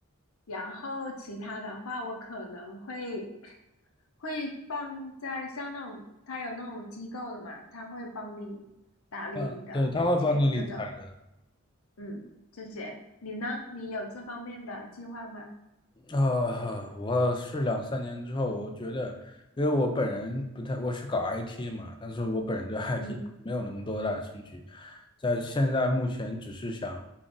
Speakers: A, on the left; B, on the left.
A: 然后其他的话，我可能会会放在像那种他有那种机构的嘛，他会帮你打理你的钱这种，
B: 嗯，对，他会帮你理财的。
A: 嗯，这些。你呢？你有这方面的计划吗？
B: 呃，我是两三年之后，我觉得，因为我本人不太，我是搞 IT 的嘛，但是我本人对 IT
A: 嗯
B: 没有那么多大的兴趣，在现在目前只是想